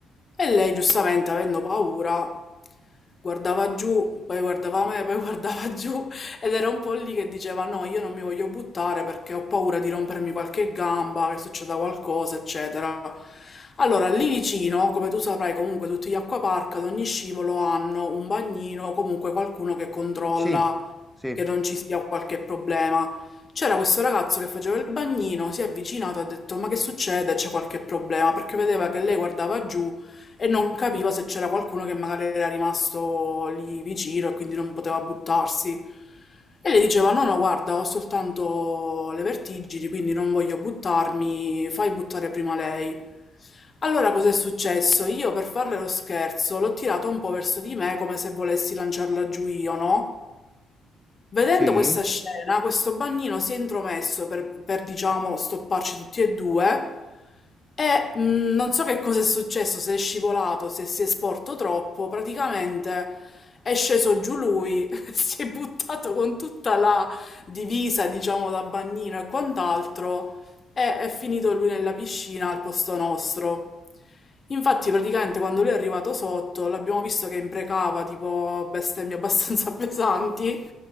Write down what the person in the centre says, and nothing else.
Sì, sì,
sì.